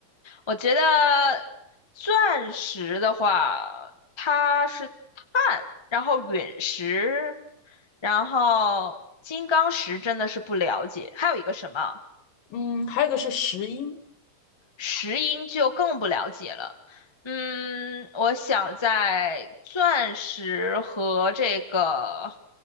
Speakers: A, on the left; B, on the left.
A: 我觉得钻石的话，它是碳，然后陨石，然后金刚石真的是不了解，还有一个什么？
B: 嗯，还有一个是石英。
A: 石英就更不了解了。嗯，我想在钻石和这个